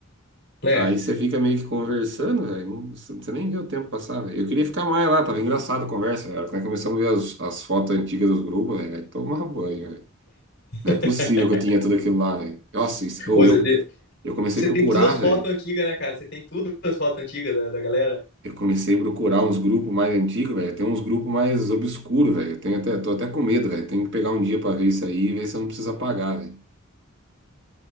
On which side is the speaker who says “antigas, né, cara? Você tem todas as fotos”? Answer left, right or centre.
Left